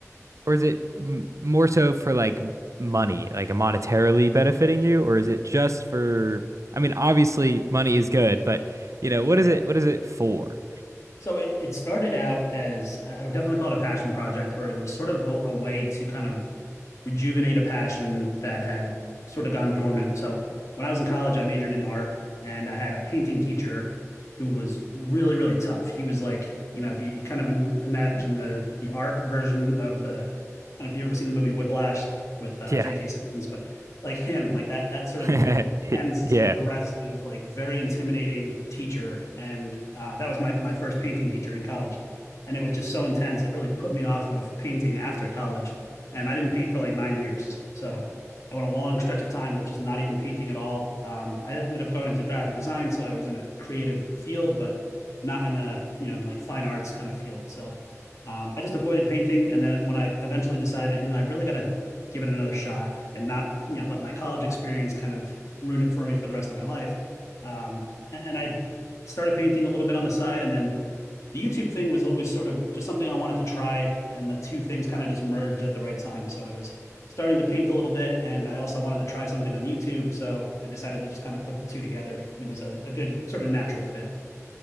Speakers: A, on the right (about 70°); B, on the left (about 70°).
A: or is it m more so for like m- money, like monetarily benefiting you, or is it just for? I mean, obviously money is good, but you know, what
B: Yeah.
A: is it? What is it for?
B: So it, it started out as I would definitely call it a passion project, or it was sort of a, a way to kind of rejuvenate a passion that had sort of gone dormant. So when I was in college, I majored in art and I had a painting teacher who was really, really tough. He was like, you know, if you, you kind of imagine the the art version of the, I don't know if you've ever seen the movie Whiplash with uh,
A: Yeah,
B: J.K. Simmons, but like him, like that that sort
A: <laughs>
B: of like intense,
A: yeah.
B: aggressive, like very intimidating teacher. And uh, that was my my first painting teacher in college. And it was just so intense. It really put me off of painting after college and I didn't paint for like nine years. So I went a long stretch of time with just not even painting at all. Um, I ended up going into graphic design, so I was in a creative field, but not in a you know like fine arts kind of field. So um, I just avoided painting, and then when I eventually decided, you know, I've really got to give it another shot and not you know let my college experience kind of ruin it for me for the rest of my life. Um, and I started painting a little bit on the side, and then the YouTube thing was always sort of just something I wanted to try, and the two things kind of just merged at the right time. So I was starting to paint a little bit, and I also wanted to try something on YouTube. So I decided to just kind of put the two together, and it was a, a good sort of natural fit.